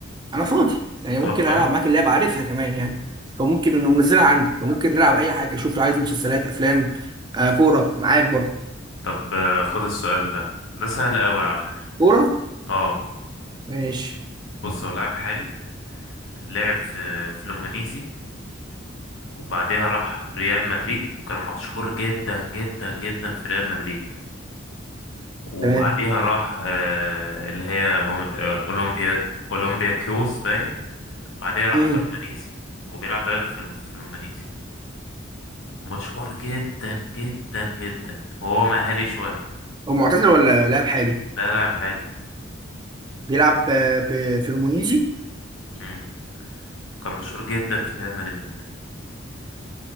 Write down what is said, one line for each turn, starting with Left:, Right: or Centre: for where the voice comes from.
Right: انا فاضي يعني ممكن
Left: طب خلاص
Right: العب معاك اللعبه عارفها كمان يعني فممكن انه منزلها عندي فممكن نلعب اي حاجه شوف لو عايز مسلسلات افلام آه كوره معاك برضه
Left: طب آه، خد السؤال ده ده سهل قوي على فكره
Right: كوره
Left: اه
Right: ماشي
Left: بص هو لاعب حالي لعب في فلومينيزي وبعدها راح ريال مدريد وكان مشهور جدا جدا جدا في ريال مدريد وبعدها
Right: تمام
Left: راح آه، اللي هي أم- آه، أولمبيا أولمبيا كيوس باين بعدها راح
Right: امم
Left: فلومينيزي وبيلعب دلوقتي في الم- في فلومينيزي ومشهور جدا جدا جدا هو مهاري شوية
Right: هو معتزل ولا لاعب حالي
Left: لا لاعب حالي
Right: بيلعب آه، في في المونيزي
Left: مم. كان مشهور جدا في ريال مدريد